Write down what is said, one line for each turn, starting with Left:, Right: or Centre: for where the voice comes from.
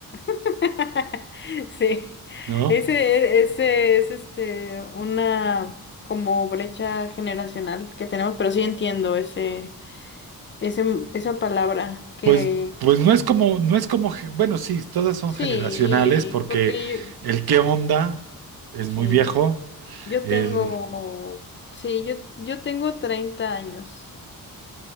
Left: <laughs> Sí.
Right: ¿no?
Left: Ese, ese es este una como brecha generacional que tenemos, pero sí entiendo ese, ese, esa palabra que
Right: Pues, pues no es como, no es como, ge- bueno, sí, todas son
Left: sí,
Right: generacionales porque
Left: porque
Right: el qué onda es muy
Left: yo, sí,
Right: viejo,
Left: yo
Right: el
Left: tengo, sí, yo, yo tengo 30 años.